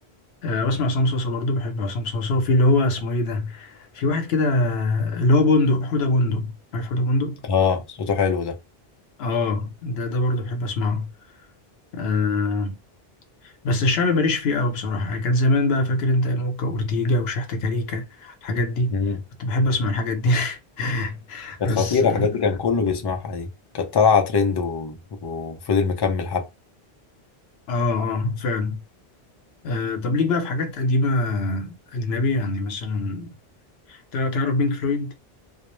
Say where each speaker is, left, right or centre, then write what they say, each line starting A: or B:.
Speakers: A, on the left; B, on the left.
A: أه بسمع عصام صوصة برضه بحب عصام صوصة وفي اللي هو اسمه ايه ده في واحد كده اللي هو بندق حودة بندق عارف حودة بندق
B: اه صوته حلو ده
A: اه ده ده برضه بحب اسمعه أه بس الشعبي ماليش فيه قوي بصراحة يعني كان زمان بقى فاكر انت موكا وأورتيجا وشحتة كاريكا الحاجات دي
B: مم.
A: كنت بحب اسمع الحاجات دي <laughs>
B: كانت
A: بس
B: خطيره
A: اه
B: الحاجات دي كان كله بيسمعها دي كانت طالعه ترند و... وفضل مكمل حب
A: اه آه، فعلا أه طب ليك بقى في حاجات قديمة أجنبي يعني مثلا تع- تعرف بينك فلويد